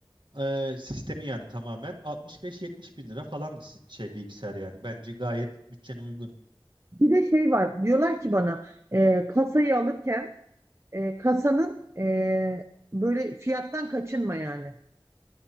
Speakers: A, on the right; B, on the right.
A: e, sistemi yani tamamen 65-70 bin lira falan si- şey bilgisayar yani. Bence gayet bütçene uygun.
B: Bir de şey var. Diyorlar ki bana e, kasayı alırken e, kasanın e, böyle fiyattan kaçınma yani.